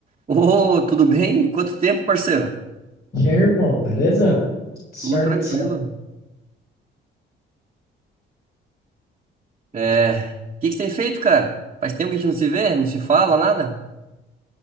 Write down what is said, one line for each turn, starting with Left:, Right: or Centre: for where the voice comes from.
Right: Ô, tudo bem? Quanto tempo, parceiro?
Left: E aí, irmão, beleza? Certo.
Right: Tudo tranquilo. É, o que que você tem feito, cara? Faz tempo que a gente não se vê, não se fala, nada?